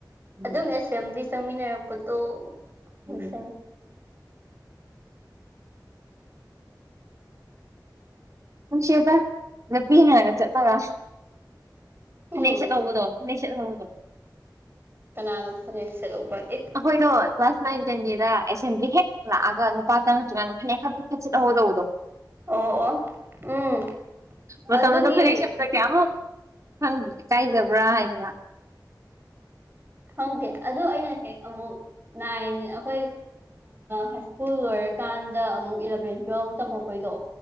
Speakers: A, on the right (about 45°); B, on the right (about 30°).
A: ꯎꯝ
B: ꯑꯗꯨꯝ ꯑꯦꯁꯦꯝꯕ꯭ꯂꯤ ꯆꯪꯃꯤꯟꯅꯔꯛꯄꯗꯣ ꯅꯤꯡꯁꯤꯡ
A: ꯎꯝ ꯅꯨꯡꯁꯤꯌꯦꯗ ꯅꯨꯄꯤ ꯍꯥꯟꯅꯒ ꯆꯠꯄꯒ ꯐꯅꯦꯛ
B: ꯎꯝ
A: ꯁꯦꯠꯍꯧꯕꯗꯣ ꯐꯅꯦꯛ ꯁꯦꯠꯍꯧꯕꯗꯣ
B: ꯀꯅꯥꯅꯣ ꯐꯅꯦꯛ ꯁꯦꯠꯂꯧꯕ ꯗꯤ
A: ꯑꯩꯈꯣꯏꯗꯣ ꯀ꯭ꯂꯥꯁ ꯅꯥꯏꯟ ꯇꯦꯟꯒꯤꯗ ꯑꯦꯁꯦꯝꯕ꯭ꯂꯤ ꯍꯦꯛ ꯂꯥꯛꯑꯒ ꯅꯨꯄꯥ ꯆꯪꯉꯛꯇ꯭ꯔꯤ ꯀꯥꯟꯗ ꯐꯅꯦꯛ ꯐꯠ ꯐꯠ ꯁꯦꯠꯍꯧꯕ ꯇꯧꯕꯗꯣ
B: ꯑꯣ ꯑꯣ ꯎꯝ
A: ꯃꯇꯝ
B: ꯑꯗꯨꯒꯤ
A: ꯑꯗꫭ ꯐꯅꯦꯛ ꯁꯦꯠꯄꯗ ꯀꯌꯥꯃꯨꯛ ꯈꯪꯗꯦ ꯏꯀꯥꯏꯖꯕ꯭ꯔꯥ ꯍꯥꯏ <unintelligible>
B: ꯈꯪꯗꯦ ꯑꯗꯨ ꯑꯩꯅ ꯍꯦꯛ ꯑꯃꯨꯛ ꯅꯥꯏꯟ ꯑꯩꯈꯣꯏ ꯍꯥꯏ ꯁ꯭ꯀꯨꯜ ꯑꯣꯏꯔꯀꯥꯟꯗ ꯑꯃꯨꯛ ꯏꯂꯚꯦꯟ ꯇꯨꯋꯦꯜꯕ ꯇꯝꯃꯛꯄꯩꯗꯣ